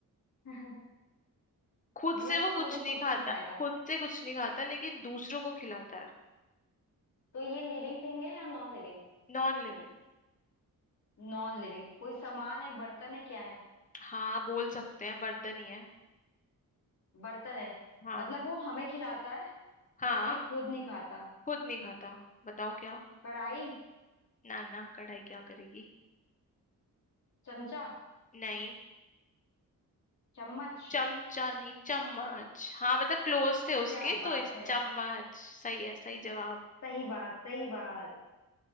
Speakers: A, on the left; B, on the left.
A: <laughs>
B: खुद
A: मतलब
B: से वो कुछ
A: खुद
B: नहीं
A: कुछ
B: खाता
A: नहीं खाएगा
B: खुद से कुछ नहीं खाता लेकिन दूसरों को खिलाता है
A: तो ये लिविंग थिंग है या नॉन लिविंग
B: Non living
A: नॉन लिविंग कोई सामान है बर्तन है क्या है
B: हाँ बोल सकते हैं बर्तन ही है
A: बर्तन है
B: हाँ
A: मतलब वो हमें खिलाता है
B: हाँ
A: कभी खुद नहीं खाता
B: खुद नहीं खाता बताओ क्या
A: कढ़ाई
B: ना ना कढ़ाई क्या करेगी
A: चमचा
B: नहीं
A: चम्मच
B: चमचा नहीं चम्मच हाँ मतलब क्लोज थे उसके
A: क्या बात
B: तो इस
A: है
B: चम्मच सही है सही जवाब
A: सही बात सही बात